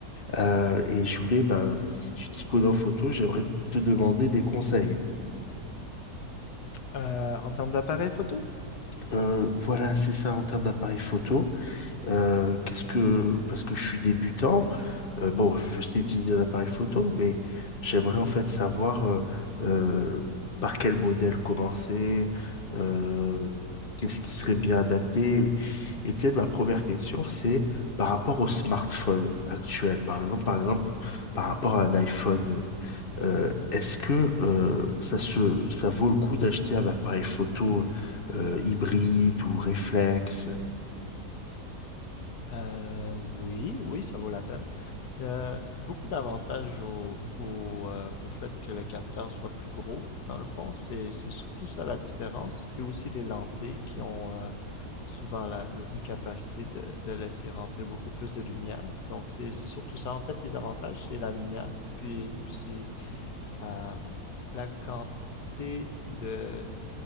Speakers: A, on the left; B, on the left.
A: Euh, et je voulais, ben, si tu t'y connais en photo, j'aimerais te demander des conseils.
B: Euh, en termes d'appareil photo,
A: Euh, voilà, c'est ça en termes d'appareil photo. Euh, qu'est-ce que, parce que je suis débutant, euh, bon, je sais utiliser un appareil photo, mais j'aimerais
B: Mhm.
A: en fait savoir euh, euh, par quel modèle commencer, euh, qu'est-ce qui serait bien adapté. Et peut-être ma première question, c'est par rapport au smartphone actuel, par exemple, par exemple, par rapport à un iPhone. Euh,
B: mhm.
A: est-ce que euh, ça se, ça vaut le coup d'acheter un appareil photo euh, hybride ou réflexe?
B: Euh, oui, oui, ça vaut la peine. Euh, beaucoup d'avantages au, au, euh, au fait que le capteur soit plus gros, dans le fond. C'est, c'est surtout ça la différence. Et aussi les lentilles qui ont euh, souvent la, une capacité de, de laisser rentrer beaucoup plus de lumière. Donc c'est, c'est surtout ça. En fait, les avantages, c'est la lumière, puis aussi euh, la quantité de,